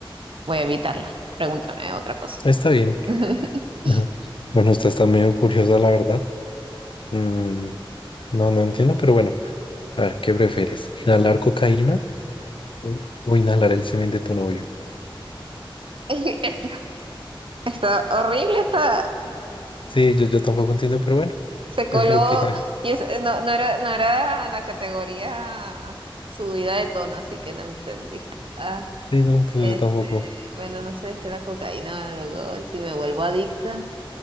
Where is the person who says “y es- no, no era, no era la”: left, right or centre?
Right